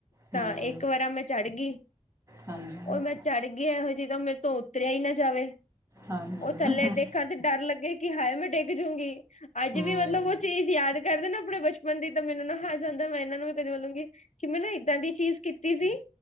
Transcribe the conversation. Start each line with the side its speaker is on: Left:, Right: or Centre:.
Left: ਤਾਂ
Right: ਹਮ
Left: ਇੱਕ ਵਾਰ ਆ ਮੈਂ ਚੜ੍ਹ ਗਈ।
Right: ਹਾਂਜੀ
Left: ਉਹ ਮੈਂ ਚੜ੍ਹ ਗਈ ਇਹੋ ਜਿਹਾ ਮੇਰੇ ਤੋਂ ਉਤਰਿਆ ਹੀ ਨਾ ਜਾਵੇ,
Right: ਹਾਂਜੀ
Left: ਉਹ ਥੱਲੇ ਦੇਖ। ਕਦ ਡਰ ਲੱਗੇ, ਕਿ ਹਾਏ ਮੈਂ ਡਿੱਗ ਜੂਗੀ। ਅੱਜ
Right: ਹਮ
Left: ਵੀ ਮਤਲਬ ਉਹ। ਚੀਜ਼ ਯਾਦ ਕਰਦੇ ਨਾ, ਆਪਣੇ ਬਚਪਨ ਦੀ। ਤਾਂ ਮੈਨੂੰ ਨਾ, ਹਾਸਾ ਆਉਦਾ। ਮੈਂ ਇਹਨਾਂ ਨੂੰ ਵੀ, ਕਦੇ ਵੋਲੂੰਗੀ। ਕਿ, ਮੈਂ ਨਾ, ਇੱਦਾਂ ਦੀ ਚੀਜ਼, ਕੀਤੀ ਸੀ।